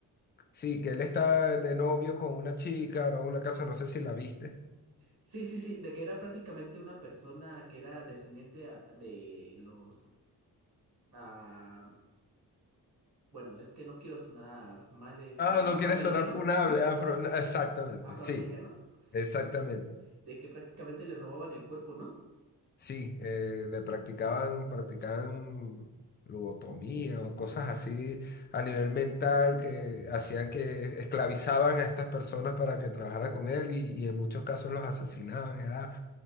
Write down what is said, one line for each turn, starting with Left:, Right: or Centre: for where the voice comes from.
Left: Sí, que él está de novio con una chica, va a una casa, no sé si la viste.
Right: Sí, sí, sí, de que era prácticamente una persona que era descendiente a- de los... ah, bueno, es que no quiero sonar mal, este,
Left: Ah, no
Right: afroamericano,
Left: quiere sonar funable, afro. Exactamente,
Right: afroamericano,
Left: sí, exactamente.
Right: eh, de que prácticamente le robaban el cuerpo, ¿no?
Left: Sí, eh, le practicaban, practicaban lobotomía o cosas así a nivel mental que hacían que esclavizaban a estas personas para que trabajaran con él y, y en muchos casos los asesinaban. Era